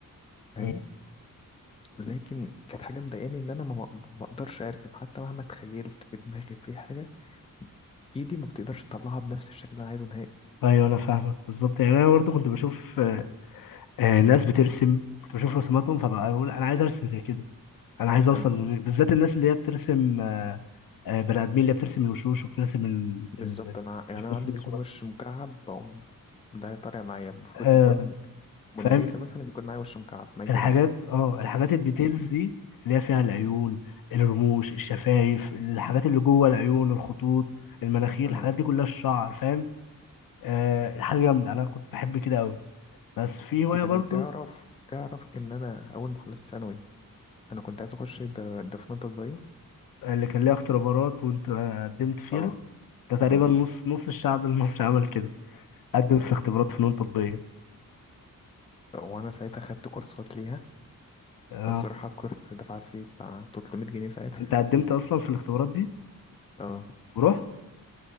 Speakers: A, on the left; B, on the left.
A: فاهم
B: مم.
A: لكن كانت حاجه مضايقاني ان انا ما ما ما اقدرش ارسم حتى مهما تخيلت في دماغي في حاجه ايدي ما بتقدرش تطلعها بنفس الشكل اللي انا عايزه نهائي
B: ايوه انا فاهمك بالظبط يعني انا برضو كنت بشوف آه، ناس بترسم كنت بشوف رسوماتهم فبقى بقول انا عايز ارسم زي كده انا عايز اوصل
A: اه
B: لل- بالذات الناس اللي هي بترسم آه، آه، بني ادمين اللي هي بترسم الوشوش وبترسم ال... ال...
A: بالظبط انا يعني
B: مش بترسم
A: انا عندي بيكون
B: رسومات
A: وش مكعب بقوم ده طالع معايا المفروض
B: آه،
A: يكون موناليزا
B: فاهم
A: مثلا بيكون معايا وش مكعب ماينكرافت
B: الحاجات اه الحاجات الديتيلز دي اللي هي فيها العيون الرموش الشفايف الحاجات اللي جوه العيون الخطوط المناخير
A: اه
B: الحاجات دي كلها الشعر فاهم آه، حاجه جامده انا كنت بحب كده قوي بس في هواية
A: يعني
B: برضو
A: تعرف تعرف ان انا اول ما خلصت ثانوي انا كنت عايز اخش ده ده فنون تطبيقية
B: آه، اللي كان ليها اختبارات وانت قدمت فيها
A: اه
B: ده تقريبا
A: اه
B: نص نص الشعب المصري عمل كده قدم في اختبارات فنون تطبيقية
A: وانا ساعتها خدت كورسات ليها
B: اه
A: بس الصراحة الكورس دفعت فيه بتاع 300 جنيه ساعتها
B: انت قدمت اصلا في الاختبارات دي
A: <laughs> اه
B: ورحت